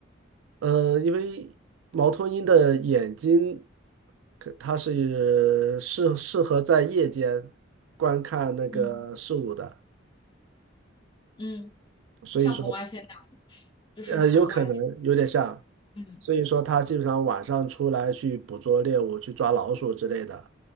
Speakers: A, on the right; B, on the left.
A: 呃，因为猫头鹰的眼睛，可它是适适合在夜间观看那个事物的，
B: 嗯嗯，
A: 所以说，
B: 像红外线那样，就是红外。
A: 呃，有可能有点像，
B: 嗯
A: 所以说它基本上晚上出来去捕捉猎物，去抓老鼠之类的，